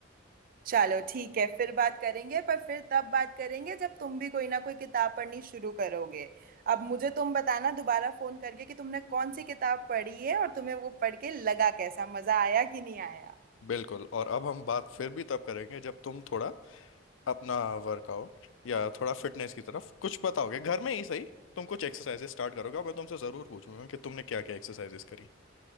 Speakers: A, on the right; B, on the left.
A: चलो ठीक है फिर बात करेंगे पर फिर तब बात करेंगे जब तुम भी कोई ना कोई किताब पढ़नी शुरू करोगे अब मुझे तुम बताना दोबारा फोन करके कि तुमने कौन सी किताब पढ़ी है और तुम्हें वो पढ़ के लगा कैसा मजा आया कि नहीं आया
B: बिल्कुल और अब हम बात फिर भी तब करेंगे जब तुम थोड़ा अपना वर्कआउट या थोड़ा फिटनेस की तरफ कुछ बताओगे घर में ही सही तुम कुछ एक्सरसाइजेस स्टार्ट करोगे और मैं तुमसे ज़रूर पूछूंगा कि तुमने क्या क्या एक्सरसाइजेस करी